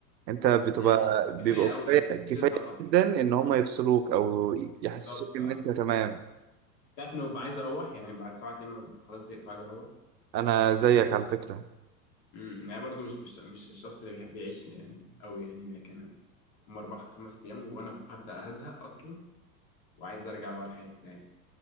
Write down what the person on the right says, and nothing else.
انت بتبقى
بيبقى
كفاية كفاية
جدا ان هم يفصلوك او
يحسسوك ان
انت تمام
انا زيك على فكرة